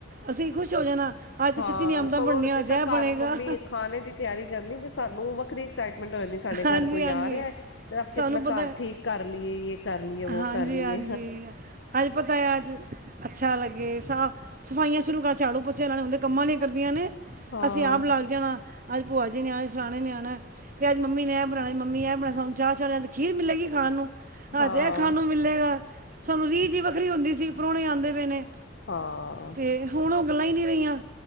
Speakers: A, on the right; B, on the left.
A: ਅਸੀਂ ਖੁਸ਼ ਹੋ ਜਾਣਾ। ਅੱਜ ਤਾਂ
B: ਹਾਂ
A: ਛੱਤੀ ਨਿਆਮਤਾਂ
B: ਸਗੋਂ
A: ਬਣਨੀਆਂ
B: ਜਿਸ
A: ਅੱਜ
B: ਤਰ੍ਹਾਂ
A: ਇਹ ਬਣੇਗਾ
B: ਘਰ ਮੰਮੀ ਖਾਣੇ ਦੀ ਤਿਆਰੀ ਕਰਨੀ ਤੇ ਸਾਨੂੰ ਵੱਖਰੀ ਐਕਸਾਈਟ- ਟ ਹੋ ਨਹੀਂ ਸਾਡੇ ਘਰ
A: ਹਾਂਜੀ
B: ਕੋਈ
A: ਹਾਂਜੀ
B: ਆ ਰਿਹਾ ਫ ਅਸੀਂ
A: ਸਾਨੂੰ
B: ਆਪਣਾ
A: ਪਤਾ
B: ਘਰ
A: ਹੈ।
B: ਠੀਕ ਕਰ ਲਈਏ ਯ ਕਰ ਲਈਏ ਵੋ
A: ਹਾਂਜੀ
B: ਕਰ ਲਈਏਯ-
A: ਹਾਂਜੀ ਅੱਜ ਪਤਾ ਆ ਅੱਜ ਅੱਛਾ ਲੱਗੇ ਸਫਾਈਆਂ ਸ਼ੁਰੂ ਕਰ ਝਾੜੂ ਪੁੱਛੇ ਉਹਨਾਂ ਨੇਦੇ- ਕੰਮਾਂ ਲਈ ਕਰਦੀਆਂ ਨੇ
B: ਹਾਂ
A: ਅਸੀਂ ਆਪ ਲਾਗ ਜਾਣਾ ਅਜ ਭੁਆ ਜੀ ਨੇ ਆਣਾ ਫਲਾਣੇ ਨੇ ਆਣਾ ਅਤੇ ਅੱਜ ਮੰਮੀ ਨੇ ਇਹ ਬਣਾ ਮ ਮੰਮੀ ਇਹ ਬਣਾ ਸੂੰ ਚਾਹ ਚਿਆ ਖੀਰ ਮਿਲੇਗੀ ਖਾਣ ਨੂੰ ਹਜੇ
B: ਹਾਂ
A: ਇਹ ਖਾਣ ਨੂੰ ਮਿਲੇਗਾ ਸਾਨੂੰ ਰੀਝ ਹੀ ਵੱਖਰੀ ਹੁੰਦੀ ਸੀ, ਪ੍ਰੋਣੇ ਆਦੇ ਪਏ ਨੇ।
B: ਹਾਂ।
A: ਤੇ ਹੁਣ ਉਹ ਗੱਲਾਂ ਹੀ ਨਹੀਂ ਰਹੀਆਂ,